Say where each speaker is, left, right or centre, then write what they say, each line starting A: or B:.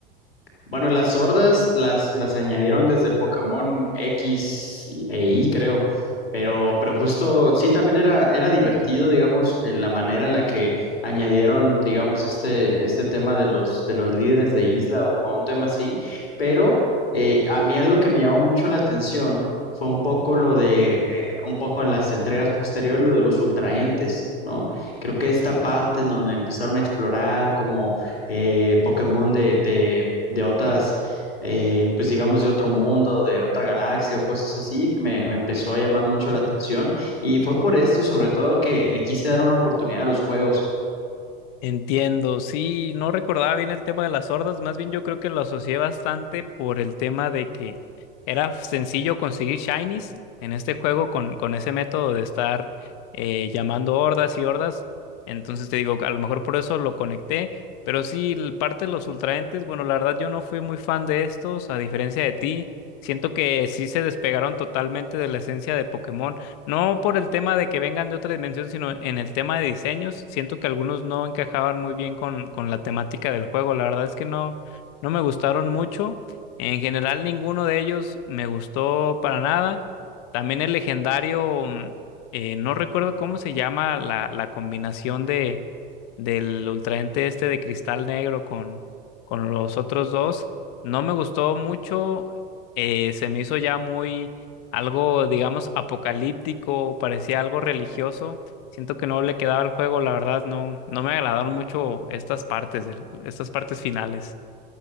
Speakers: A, on the left (about 85°); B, on the left (about 50°).
A: Bueno, las sordas las, las añadieron desde Pokémon X y- e Y, creo. Pero, pero justo, sí, también era, era divertido, digamos, en la manera en la que añadieron, digamos, este, este tema de los, de los líderes de isla o, o un tema así. Pero eh, a mí algo que me llamó mucho la atención fue un poco lo de, eh, un poco en las entregas posteriores, lo de los ultraentes, ¿no? Creo que esta parte en donde empezaron a explorar como eh, Pokémon de, de, de otras, eh, pues digamos de otro mundo, de otra galaxia o cosas así, que me, me empezó a llamar mucho la atención y fue por esto sobre todo que le quise dar una oportunidad a los juegos.
B: Entiendo, sí, no recordaba bien el tema de las hordas, más bien yo creo que lo asocié bastante por el tema de que era sencillo conseguir shinies en este juego con, con ese método de estar eh, llamando hordas y hordas, entonces te digo, a lo mejor por eso lo conecté, pero sí, el- parte de los ultraentes, bueno, la verdad yo no fui muy fan de estos, a diferencia de ti, siento que sí se despegaron totalmente de la esencia de Pokémon. No por el tema de que vengan de otra dimensión, sino en el tema de diseños. Siento que algunos no encajaban muy bien con, con la temática del juego. La verdad es que no, no me gustaron mucho. En general, ninguno de ellos me gustó para nada. También el legendario, mm, eh, no recuerdo cómo se llama la, la combinación de, del ultraente este de cristal negro con, con los otros dos. No me gustó mucho. Eh, se me hizo ya muy algo, digamos, apocalíptico, parecía algo religioso. Siento que no le quedaba al juego, la verdad, no, no me agradaron mucho estas partes, del- estas partes finales.